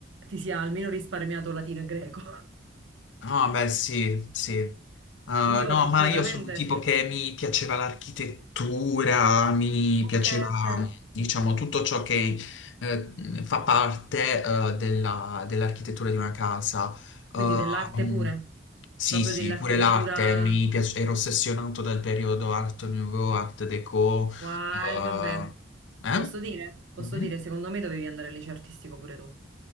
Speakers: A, on the right; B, on the left.
A: ti sia almeno risparmiato latino e greco.
B: No, beh, sì, sì. Ah,
A: <laughs> Io
B: no,
A: fortunatamente
B: ma io sono un tipo
A: sì.
B: che mi piaceva l'architettura, mi
A: Ok,
B: piaceva,
A: ok.
B: diciamo, tutto ciò che eh, fa parte eh, della- dell'architettura di una casa.
A: Quindi
B: Ehm,
A: dell'arte pure,
B: sì,
A: proprio
B: sì,
A: dell'architettura.
B: pure l'arte, mi piace, ero ossessionato dal periodo Art Nouveau, Art Déco.
A: Wow,
B: eh,
A: eh, vabbè.
B: eh?
A: Posso dire? Posso
B: Mhm.
A: dire, secondo me dovevi andare al liceo artistico pure tu.